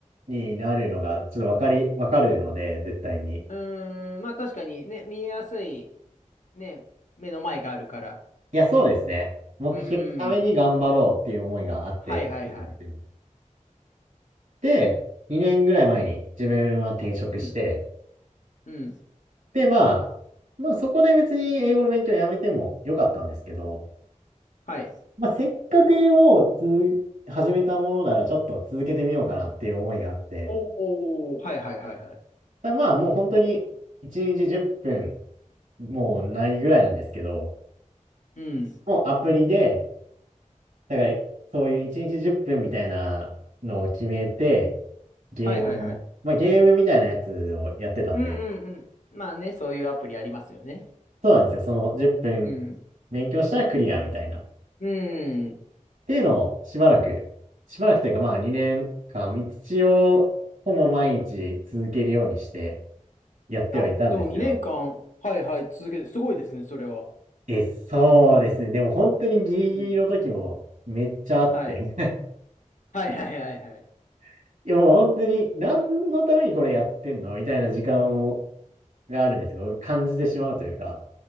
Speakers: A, on the right; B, on the left.
A: になるのがちょっとわかり、わかるので絶対に。
B: うーん、まあ確かにね、見えやすい、ね、目の前があるから。
A: いや、そうですね。目標のために頑張ろうっていう思いがあってやってたんですよ。
B: うーん、はいはいはい。
A: で、2年ぐらい前に自分は転職して、
B: うん、うん、
A: で、まあ、まあそこで別に英語の勉強やめてもよかったんですけど、
B: はい。
A: まあせっかくもうつ始めたものならちょっと続けてみようかなっていう思いがあって、
B: おお、はいはいはいはい。
A: だまあもう本当に1日10分もうないぐらいなんですけど、
B: うん。
A: もうアプリで、だからそういう1日10分みたいなのを決めて、ゲームの、
B: はいはいはい。
A: まあ、ゲームみたいなやつをやってたんで、
B: うんうんうん。まあね、そういうアプリありますよね。
A: そうなんですよ。その10分
B: うん。
A: 勉強したらクリアみたいな。っ
B: うん。
A: ていうのをしばらく、しばらくというかまあ2年間、一応ほぼ毎日続けるようにしてやってはいたんですよ。
B: あ、でも2年間、はいはい、続けて、すごいですね、それは。
A: え、そうですね。でも本当にギリギリの時もめっちゃあって。
B: うん。はい。はいはいはいはい。
A: <laughs> いやもう本当に何のためにこれやってんのみたいな時間をがあるんですよ。感じてしまうというか。